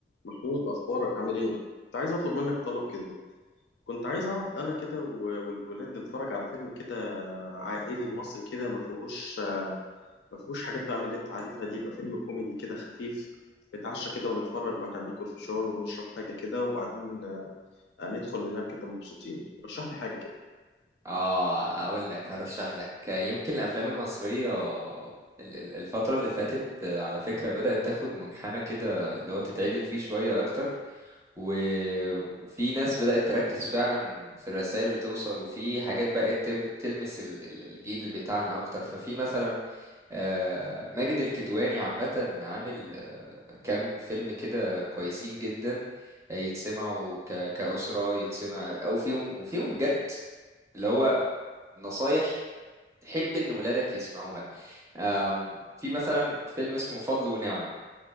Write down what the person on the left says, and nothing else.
محمود اخبارك عامل ايه كنت عايز اطلب منك طلب كده كنت عايز اقعد انا كده و- والولاد نتفرج على فيلم كده عائلي مصري كده ما فيهوش ما فيهوش حاجات بقى من اللي انت عارفها دي يبقى فيلم كوميدي كده خفيف نتعشى كده ونتفرج واحنا بناكل فشار ونشرب حاجه كده وبعدين آه، ندخل ننام كده مبسوطين رشح لي حاجه كده